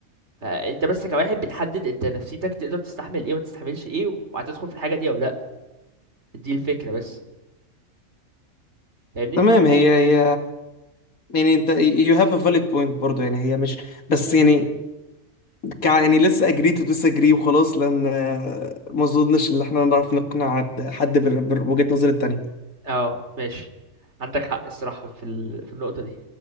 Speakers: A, on the right; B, on the left.
A: فانت بس كواحد بتحدد انت نفسيتك تقدر تستحمل ايه وما تستحملش ايه وهتدخل في الحاجه دي او لا دي الفكره بس فاهمني
B: تمام هي هي يعني انت you have a valid point برضو يعني هي مش بس يعني كع يعني let's agree to disagree وخلاص لان آه، ما اظنش ان احنا نعرف نقنع حد بال- بوجهة نظر التانية
A: اه ماشي عندك حق الصراحة في ال... في النقطة دي